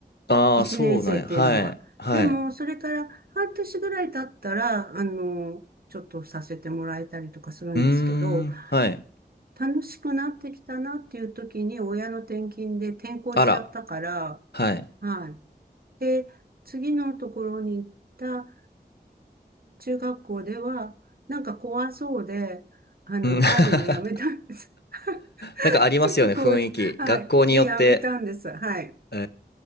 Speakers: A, on the left; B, on the right.
A: ああー、
B: 一年生っていうのは。
A: そうなんや。はい。はい。
B: でも、それから半年ぐらい経ったら、あの、ちょっとさせてもらえたりとかするんですけど、
A: うーん、はい。
B: 楽しくなってきたなっていう時に親の転勤で転校しちゃったから、
A: あら、はい。
B: はい。で、次のところに行った中学校では、なんか怖そうで、あの、
A: うん
B: 入るのやめたんです。
A: <laughs> なんかありますよね、
B: <laughs> ちょっと怖そう。
A: 雰囲気。
B: はい。
A: 学校によって。
B: で、やめたんです。はい。
A: え